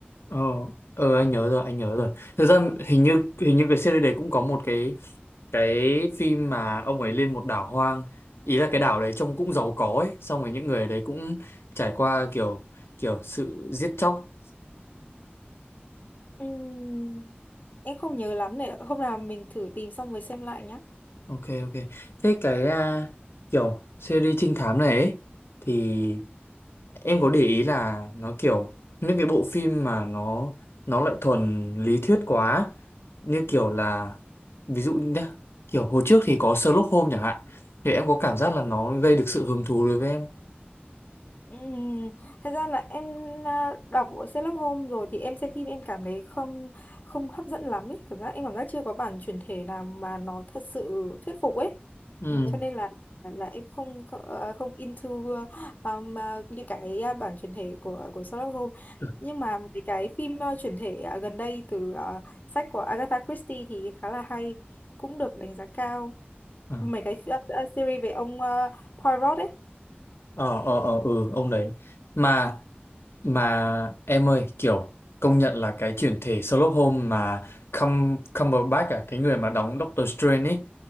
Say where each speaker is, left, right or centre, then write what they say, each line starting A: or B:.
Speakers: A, on the left; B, on the left.
A: ờ ờ anh nhớ rồi anh nhớ rồi thực ra hình như hình như cái series đấy cũng có một cái cái phim mà ông ấy lên một đảo hoang ý là cái đảo đấy trông cũng giàu có ấy xong rồi những người ở đấy cũng trải qua kiểu kiểu sự giết chóc
B: Ừm, em không nhớ lắm này. Hôm nào mình thử tìm xong rồi xem lại nhá.
A: Ok ok. Thế cái à, kiểu series trinh thám này ấy, thì em có để ý là nó kiểu những cái bộ phim mà nó nó lại thuần lý thuyết quá như kiểu là ví dụ nhé kiểu hồi trước thì có Sherlock Holmes chẳng hạn thì em có cảm giác là nó gây được sự hứng thú đối với em. không?
B: Ừm, thật ra là em à, đọc của Sherlock Holmes rồi thì em xem phim em cảm thấy không không hấp dẫn lắm ấy cảm giác em cảm giác chưa có bản chuyển thể nào mà nó thật sự thuyết phục ấy
A: Ừ.
B: Ừm, cho nên là là em không có- ờ, không into um, à, những cái à, bản chuyển thể của của Sherlock Holmes
A: Được.
B: nhưng mà mấy cái phim à, chuyển thể à, gần đây từ à, sách của Agatha Christie thì khá là hay cũng được đánh giá cao
A: À.
B: mấy cái à, à, series về ông à, Poirot ấy
A: ờ ờ ờ ừ ông đấy mà mà em ơi kiểu công nhận là cái chuyển thể Sherlock Holmes mà Cum Cumberbatch à cái người mà đóng Doctor Strange ấy